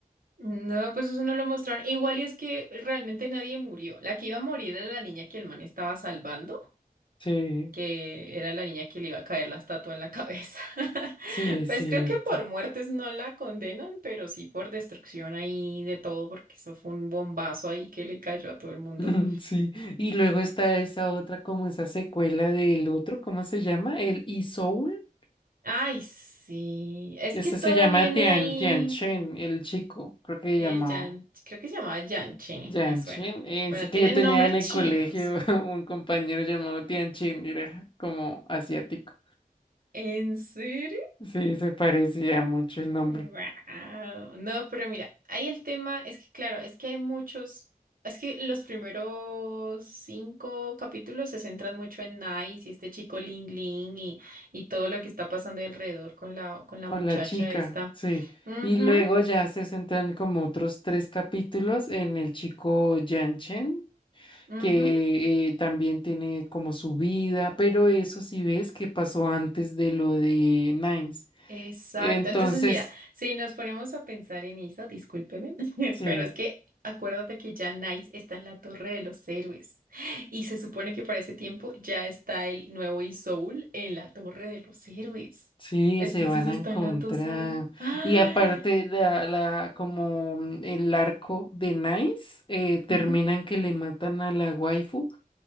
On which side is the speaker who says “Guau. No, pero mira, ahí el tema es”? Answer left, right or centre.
Right